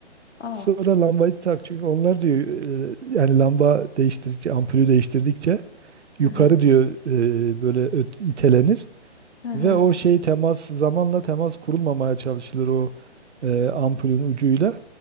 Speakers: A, on the left (about 75°); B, on the right (about 75°).
A: Ah.
B: Sonra lambayı tak çünkü onlar diyor e, yani lamba değiştirdikçe ampulü değiştirdikçe yukarı
A: Hı hı.
B: diyor e, böyle öt- itelenir
A: Hı hı.
B: ve o şey temas zamanla temas kurulmamaya çalışılır o e, ampulün ucuyla.